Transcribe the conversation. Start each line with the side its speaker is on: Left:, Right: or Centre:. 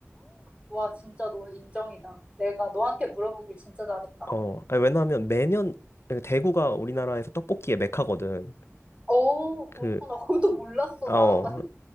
Right: 와, 진짜 너 인정이다. 내가 너한테 물어보길 진짜 잘했다.
Left: 어, 아니, 왜냐하면 매년 대구가 우리나라에서 떡볶이의 메카거든.
Right: 어,
Left: 그,
Right: 그렇구나. <laughs> 그것도 몰랐어,
Left: 아,
Right: 나.
Left: 어,